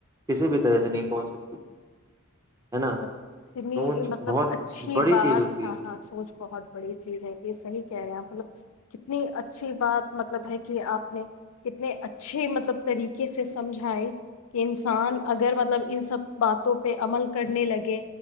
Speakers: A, on the right; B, on the left.
A: کسی بھی طرح سے نہیں پہنچ سکتی ہے نا
B: اتنی
A: سوچ
B: مطلب
A: بہت
B: اچھی
A: بڑی
B: بات
A: چیز ہوتی
B: تھا
A: ہے
B: ہاں سوچ بہت بڑی چیز ہے انی یح کہہ رہے ہیں مطلب کتنی اچھی بات مطلب ہے کہ آپ نے کتنے اچھے مطلب طریقے سے سمجھائی کہ انسان اگر مطلب ان سب باتوں پہ عمل کرنے لگے